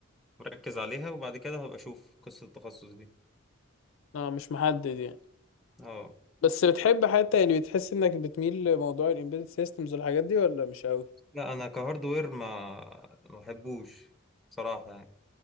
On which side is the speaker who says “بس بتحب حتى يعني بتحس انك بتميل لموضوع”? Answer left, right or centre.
Left